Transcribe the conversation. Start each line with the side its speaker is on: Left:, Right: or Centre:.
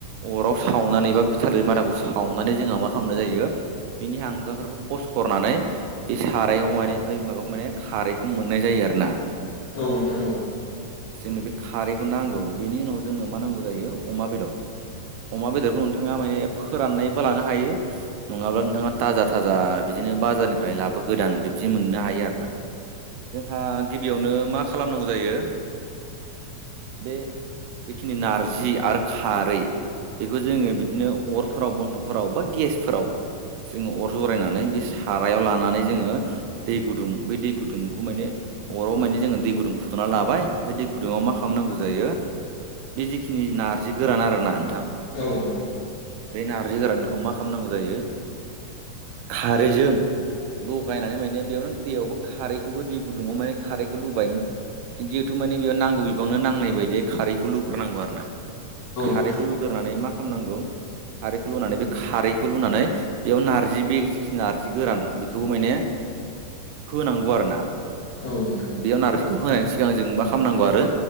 Right: अराव सावनानै बा बे थालिर मादाखौ सावनानै जोंहा मा खालामनाय जायो बिनि हांगारफोरखौ फसरनानै बे सार रायाव माने बै माबाखौ माने खारैखौ मोननाय जायो आरोना।
Left: औ नोंथां औ।
Right: जोंनो बे खारैखौ नांगौ बेनि उनाव जोंनो मा नांगौ जायो अमा बेदर अमा बेदरखौ नोंथाङा माने फोराननायबो लानो हायो। नङाब्ला नोंथाङा थाजा थाजा बिदिनो बाजारनिफ्राय लाबो गोदान बिब्दि मोननो हायो आरोना जोंहा गिबियावनो मा खालामनांगौ जायो बे बेखिनि नारजि आरो खारै बेखौ जोङो बिदिनो अरफोराव बन्थ'फोराव बा गेसफोराव जोङो अर जरायनानै बे सारायाव लानानै जोङो दै गुदुं बै दै गुदुंखौ माने अराव माने जोङो दै गुदुं फुदुंना लाबाय ओमफ्राय दै गुदुङाव मा खालामनांगौ जायो बे जिेखिनि नारजि गोरान आरो ना नोंथां
Left: औ नोंथां औ
Right: बे नारजि गोरानखौ मा खालामनांगौ जायो खारैजों लगायनानै माने बेयाव नों दैयावबो खारैखौबो दै गुदुङाव माने खारैखौ लुबाय जिहेथु माने बेयाव नांगौ बिबांनो नांनाय बायदि खारैखौ लुग्रोनांगौ आरो ना खारैखौ
Left: नोंथां
Right: होग्रोनानै मा खामनांगौ खारैखौ लुनानै बे खारैखौ लुनानै बेयाव नारजि बे जिखिनि नारजि गोरान बेखौ माने होनांगौ आरोना
Left: औ नोंथां औ नोंथां औ नोंथां औ नोंथां
Right: बेयाव नारजि खौ होनायनि सिगां जों मा खामनांगौ आरो